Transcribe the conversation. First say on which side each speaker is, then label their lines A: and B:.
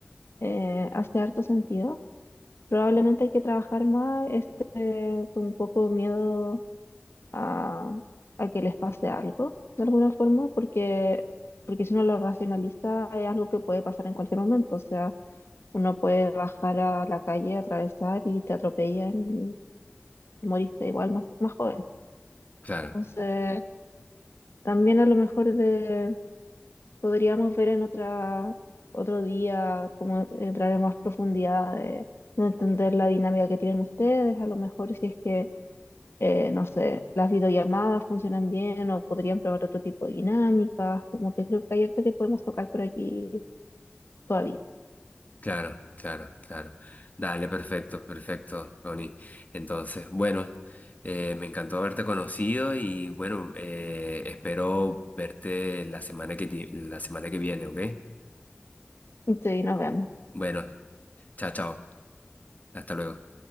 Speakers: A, on the left; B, on the left.
A: eh, hace harto sentido. Probablemente hay que trabajar más este, con un poco miedo a, a que les pase algo, de alguna forma, porque, porque si uno lo racionaliza es algo que puede pasar en cualquier momento. O sea, uno puede bajar a la calle, atravesar y te atropellan te moriste igual más, más joven.
B: claro.
A: Entonces, también a lo mejor de, podríamos ver en otra, otro día cómo entrar en más profundidad de, de entender la dinámica que tienen ustedes, a lo mejor si es que, eh, no sé, las videollamadas funcionan bien o podrían probar otro tipo de dinámicas, como que creo que hay harto que podemos tocar por aquí todavía.
B: Claro, claro, claro. Dale, perfecto, perfecto, Ronnie. Entonces, bueno, eh, me encantó haberte conocido y bueno, eh, espero verte la semana que, ti- la semana que viene, ¿ok?
A: Sí, nos vemos.
B: Bueno, chao, chao. Hasta luego.